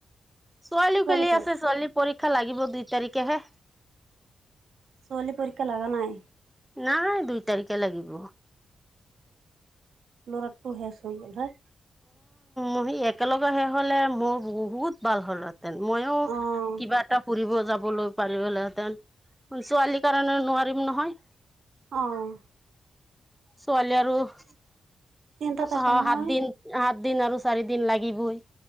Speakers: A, in the centre; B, on the right.
A: ছোৱালীও
B: ছোৱালী
A: খেলি
B: ক'ত
A: আছে ছোৱালী পৰীক্ষা লাগিব দুই তাৰিখেহে
B: ছোৱালী পৰীক্ষা লগা নাই
A: নাই দুই তাৰিখে লাগিব
B: ল'ৰাটো শেষ হৈ গ'ল হা
A: উমি একেলগে সে হলে মোৰ বহুত ভাল হ'ল আৰু মইো
B: অ',
A: কিবা এটা ফুৰিব যাবলৈ পাৰিলেহেঁতেন ছোৱালীৰ কাৰণে নোৱাৰিম নহয়
B: আহঁ
A: ছোৱালি আৰু অ
B: চিন্তা থাকে
A: সাতদিন
B: নহয়
A: সাত দিন আৰু চাৰি দিন লাগিবই